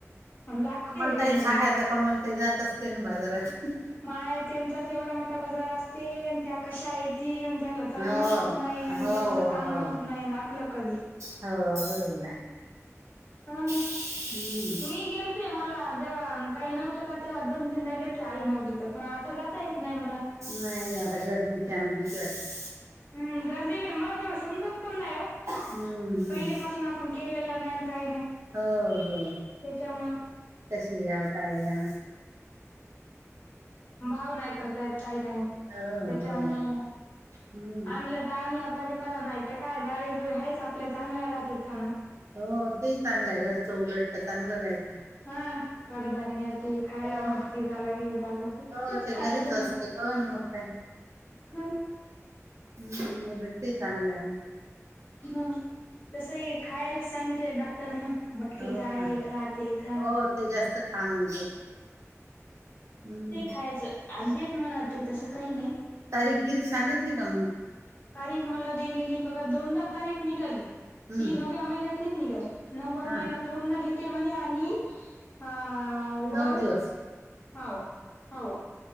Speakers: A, on the left; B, on the right.
A: पण लागते
B: कमलताई
A: अं,
B: सांगायच कमलताई जात असते ना बाजारात
A: माय त्यांचाच एवढा मोठा बजार असते आणि त्या कशा येतील आणि त्यांना चलण
B: हो
A: होत नाही
B: हो
A: त्यांचच आणण
B: हो
A: होत
B: हो
A: नाही आपलं कधी
B: बरोबर आहे
A: हा ना
B: हम्म
A: मी गेलते मला जेव्हा काही नव्हतं का तेव्हा दोन तीनदा गेलते आई नव्हती ते पण आता जाता येत नाही मला
B: नाही आता गर्दी च्या या ना भिती वाटते
A: हम्म गर्दी ब मला तेवढ समजत पण नाही हो
B: हम्म हम्म
A: पहिले पासून आप पण केलेला नाही काही नाही
B: हो हो
A: त्याच्यामुळं
B: कशी घ्या काय घ्या
A: भाव नाही करता येत काही नाही
B: हो
A: त्याच्या
B: हो
A: मुळ
B: हम्म
A: आणलंत ता आणला भाजी परा नाहीत काय डळीजुळी हेच आपल्या चांगल्या राहतील खाणं
B: हो ते चांगलं आहे घरचं उलट तर चांगलं राहतं
A: हा कड धान्यती खायला
B: हो
A: मटकी झालं हे झालं त
B: हो
A: तेच
B: ते
A: खायचं
B: घरीच असते
A: मग
B: हो ना मग काय
A: हय
B: हम्म भटे चांगलंय
A: ह तसंही खायला सांगितलंय डॉक्टर ना मटकी
B: हो
A: खा हे
B: का
A: खा ते खा
B: हो ते जास्त खा म्हणते हम्म
A: ते खायचं आणि तेच मनात ते तसं काही नाही
B: तारी गिरी सांगितली का मग
A: तारीख मला दिलेली बघा दोनदा तारीख निघाली
B: हम्म
A: ती नवव्या महिन्यात निघाल नववा
B: हा
A: महिना पूर्ण घेते म्हणे आणि हा वर
B: नऊ दिवस
A: हो हो